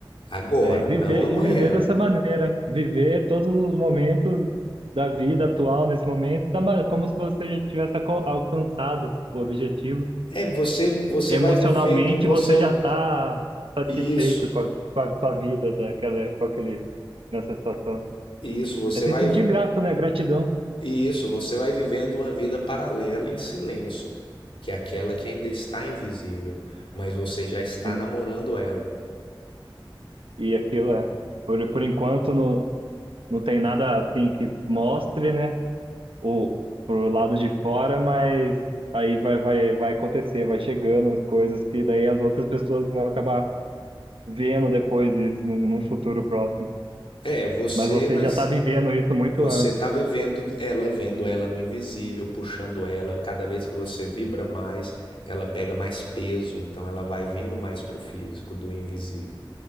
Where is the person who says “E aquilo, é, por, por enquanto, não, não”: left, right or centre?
Right